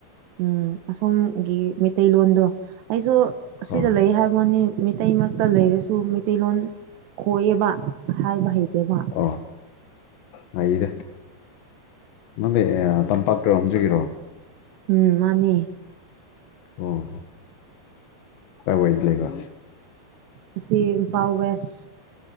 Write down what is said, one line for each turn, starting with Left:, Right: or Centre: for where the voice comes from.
Right: ꯎꯝ ꯑꯁꯣꯝꯒꯤ ꯃꯩꯇꯩꯂꯣꯟꯗꯣ ꯑꯩꯁꯨ ꯑꯁꯤꯗ
Left: ꯍꯣꯏ
Right: ꯂꯩ ꯍꯥꯏꯕꯋꯥꯅꯦ ꯃꯩꯇꯩ ꯃꯔꯛꯇ ꯂꯩꯔꯁꯨ ꯃꯩꯇꯩꯂꯣꯟ ꯈꯣꯏꯌꯦꯕ ꯍꯥꯏꯕ ꯍꯩꯇꯦꯕ
Left: ꯑꯣ ꯍꯥꯏꯗ ꯅꯪꯗꯤ ꯑꯦ ꯇꯝꯄꯥꯛꯔꯣꯝꯗꯒꯤꯔꯣ
Right: ꯎꯝ ꯃꯥꯅꯤ
Left: ꯑꯣ ꯀꯥꯏ ꯋꯥꯏꯗ ꯂꯩꯕꯥ
Right: ꯑꯁꯤ ꯏꯝꯐꯥꯜ ꯋꯦꯁ